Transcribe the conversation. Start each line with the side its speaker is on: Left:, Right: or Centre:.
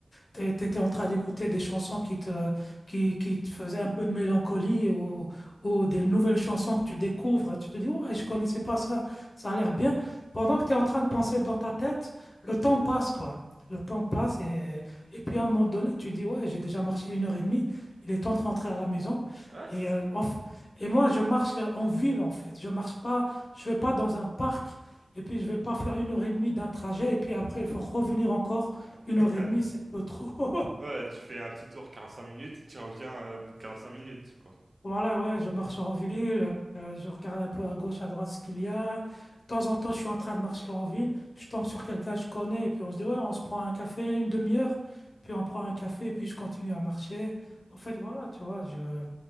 Left: tu étais en train d'écouter des chansons qui te, qui, qui te faisaient un peu de mélancolie ou, ou des nouvelles chansons que tu découvres. Tu te dis, ouais, je connaissais pas ça, ça a l'air bien. Pendant que tu es en train de penser dans ta tête, le temps passe, quoi. Le temps passe et, et puis à un moment donné, tu dis, ouais, j'ai déjà marché une heure et demie, il est temps de rentrer à la maison.
Right: Ouais,
Left: Et,
Right: c'est ça.
Left: euh, en f- et moi, je marche euh, en ville, en fait. Je marche pas, je vais pas dans un parc. Et puis, je vais pas faire une heure et demie d'un trajet. Et puis après, il faut revenir encore. Une
Right: <laughs>
Left: heure et demie, c'est un peu trop. <laughs>
Right: Ouais, tu fais un petit tour quarante cinq minutes et tu reviens euh, au bout de quarante cinq minutes, quoi.
Left: Voilà, ouais, je marche en ville. euh, je regarde un peu à gauche, à droite ce qu'il y a. De temps en temps, je suis en train de marcher en ville. Je tombe sur quelqu'un que je connais. Et puis, on se dit, ouais, on se prend un café, une demi-heure. Puis, on prend un café. Et puis, je continue à marcher. En fait, voilà, tu vois, je,